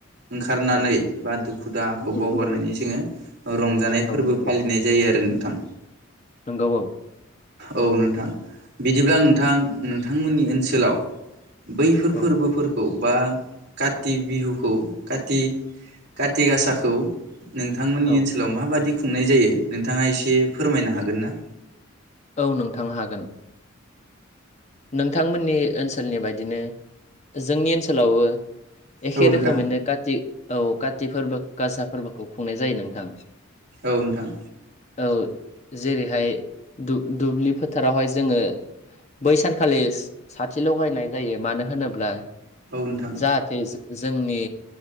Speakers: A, on the right (about 55°); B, on the left (about 35°).
A: ओंखारनानै
B: औ
A: बा दुखु दाहाखौ
B: दुखु
A: बावगारनानै
B: औ
A: जोङो रंजानाय फोरबो
B: नंगौ
A: फालिनाय जायो आरो नोंथां।
B: नंगौ औ।
A: औ नोंथां बिदिब्ला नोंथां नोंथांमोननि ओनसोलाव बैफोर
B: औ
A: फोरबोफोरखौ बा काति बिहुखौ काति काति गासाखौ नोंथांमोननि
B: औ
A: ओनसोलाव माबादि खुंनाय जायो नोंथाङा एसे फोरमायनो हागोन ना?
B: औ नोंथां हागोन। नोंथांमोननि ओनसोलनि बायदिनो जोंनि ओनसोलावबो एखे
A: औ नोंथां।
B: रोखोमैनो काति औ काति फोरबो गासा फोरबोखौ खुंनाय जायो नोंथां।
A: औ नोंथां।
B: औ जेरैहाय दु-दुब्लि फोथारावहाय जोङो बै सानखालि साथि लगायनाय जायो मानो होनोब्ला
A: औ नोंथां औ नोंथां
B: जाहाथे जोंनि